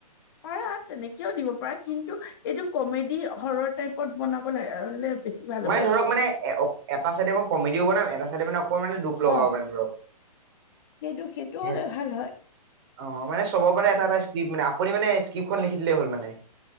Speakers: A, on the left; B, on the right.
A: পাৰা, তেনেকেওঁ দিব পাৰা। কিন্তু এইটো কমেডি-হৰৰ টাইপত বনাবলে হ'লে বেছি ভাল হ'ব
B: মানে ধৰক মানে, এ- এটা চাইডে মই কমেডিও বনাম, এটা চাইডে মানে অকণ মানে দুখ লগাও
A: অ'।
B: মানে ধৰক
A: সেইটো- সেইটোও
B: হে
A: হ'লে ভাল হয়।
B: অ' মানে চবৰ পৰা এটা - এটা স্ক্ৰিপ মানে। আপুনি মানে স্কিপখন লিখি‌ দিলেই হ'ল মানে।